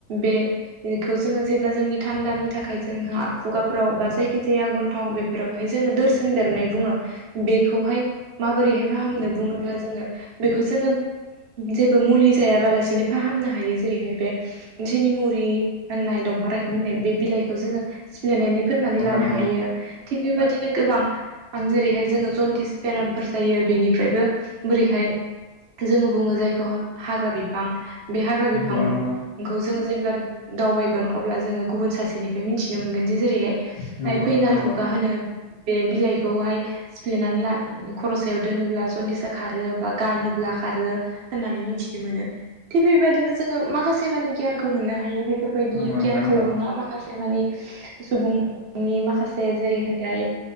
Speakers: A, on the right; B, on the left.
A: बेखौ जोङो जेब्ला जोंनि थान्दानि थाखाय जोंहा खुगाफ्राव बा जायखिजाया गन्थं बेफोरावहाय जोङो दोरसोन बेरनाय बुङो। बेखौहाय माबोरैहाय फाहामनो बुङोब्ला जोङो बेखौ जोङो जेबो मुलि जायाबालासिनो फाहामनो हायो जेरैहाय बे जेनि मुरि होननाय दंफां राय मोननाय बे बिलाइखौ जोङो देनानै फोननानै लानो
B: नंगौ नोंथां नंगौ
A: हायो थिग बेबादिनो गोबां आं जेरैहाय जोङो जन्दिस। बेरामफोर जायो बेनिफ्रायबो बोरैहाय जोंङो बुंङो जायखौ हाग्रा बिफां बे हाग्रा बिफां
B: नंगौ नोंथां
A: खौ जोंङो जेब्ला दावबायगोन अब्ला जोंङो गुबुन सासेनिफ्राय मिथिनो मोनगोन जे जेरैहाय
B: नंगौ नंगौ नोंथां
A: फैनाल
B: नंगौ
A: खुगा होनो बे बिलाइखौहाय सिफ्लेनानै ला खर सायाव दोनोब्ला जनदिसा खारो बा गानोब्ला खारो हैनानै मिथिनो मोनो थि बेबायदिनो जोंङो माखासे मानि गियानखौ मोननो हायो बे बेफोरबायदि
B: नंगौ नोंथां
A: गियानखौल
B: नंगौ
A: नंङा माखासे मानि सुबुंनि माखासे जेरैहाय